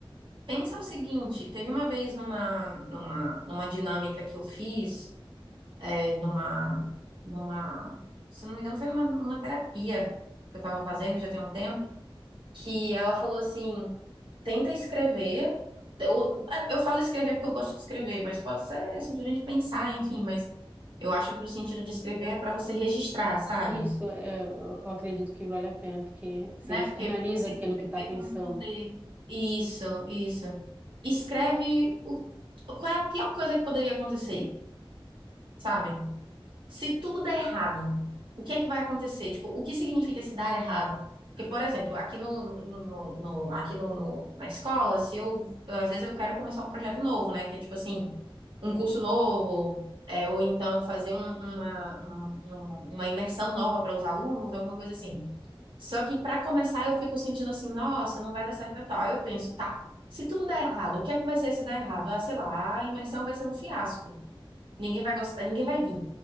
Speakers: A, on the right; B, on the right.
A: Pensa o seguinte, teve uma vez numa, numa, numa dinâmica que eu fiz, é, numa, numa, se não me engano, foi numa, numa terapia que eu estava fazendo já tem um tempo, que ela falou assim, tenta escrever, eu, eu falo escrever porque eu gosto de escrever, mas pode ser simplesmente pensar, enfim, mas eu acho que o sentido de escrever é para você registrar, sabe?
B: Isso, é, eu eu acredito que vale a pena, porque você
A: né?
B: externaliza
A: Porque, porque você
B: aquilo
A: escrever
B: que está pensando.
A: tem um poder. Isso, isso. Escreve o, qual é a pior coisa que poderia acontecer, sabe? Se tudo der errado, o que é que vai acontecer? Tipo, o que significa se dar errado? Porque, por exemplo, aqui no, no- no- no- aqui no, no- na escola, se eu, às vezes eu quero começar um projeto novo, né? Que é tipo assim, um curso novo, é, ou então fazer um- uma, um- um- uma imersão nova para os alunos, alguma coisa assim. Só que para começar eu fico sentindo assim, nossa, não vai dar certo e tal. Aí Eu penso, tá, se tudo der errado, o que é que vai ser se dar errado? Ah, sei lá, a imersão vai ser um fiasco. Ninguém vai gostar, ninguém vai vir.